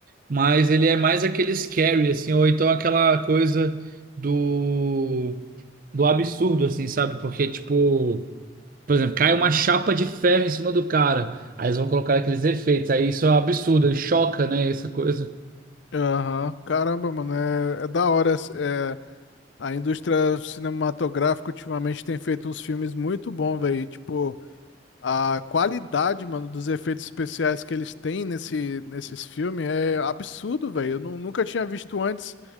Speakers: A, on the right (about 50°); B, on the left (about 80°).
A: mas ele é mais aquele scary, assim, ou então aquela coisa do do absurdo, assim, sabe? Porque, tipo, por exemplo, cai uma chapa de ferro em cima do cara. Aí eles vão colocar aqueles efeitos. Aí isso é um absurdo, choca, né? Essa coisa.
B: Aham. Caramba, mano. É, é da hora. É, a indústria cinematográfica ultimamente tem feito uns filmes muito bons, velho. Tipo. A qualidade, mano, dos efeitos especiais que eles têm nesse, nesses filmes é absurdo, velho. Eu nu- nunca tinha visto antes